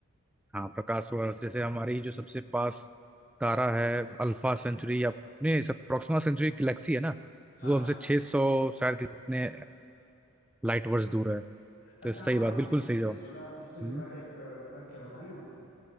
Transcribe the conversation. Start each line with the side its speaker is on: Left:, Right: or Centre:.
Centre: हाँ प्रकाश वर्ष जैसे हमारी जो सबसे पास तारा है अल्फा सेंचुरी या नहीं सब प्रॉक्सिमा सेंचुरी गैलेक्सी है ना
Left: हाँ
Centre: वो
Left: हाँ
Centre: हमसे 600 शायद कितने लाइट वर्ष दूर है
Left: अच्छा
Centre: तो सही
Left: हम आपसे
Centre: बात बिल्कुल सही
Left: इससे
Centre: जवाब
Left: जुड़ा इससे जुड़ा
Centre: हम्म,
Left: एक अ, तथ्य बताएं आपको